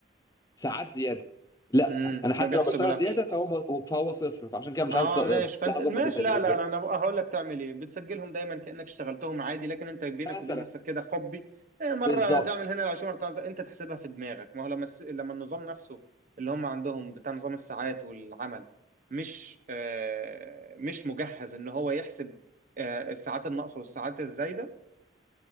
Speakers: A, on the left; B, on the right.
A: ساعات زياده لا
B: مم.
A: انا حتى
B: ما بيحسبولكش
A: لو بشتغل زياده فهو فهو صفر فعشان كده مش
B: اه
A: عارف بقى-
B: ماشي فانت
A: بقى اظبط
B: ماشي
A: الدنيا
B: لا
A: ازاي
B: لا لا انا بقى هقول لك تعمل ايه بتسجلهم دايما كانك اشتغلتهم عادي لكن انت بينك
A: مثلا
B: وبين نفسك كده حبي إيه مره
A: بالظبط
B: تعمل هنا العشوه مره تعمل انت تحسبها في دماغك ما هو لما الس- لما النظام نفسه اللي هم عندهم بتاع نظام الساعات والعمل مش آه مش مجهز ان هو يحسب آه الساعات الناقصه والساعات الزايده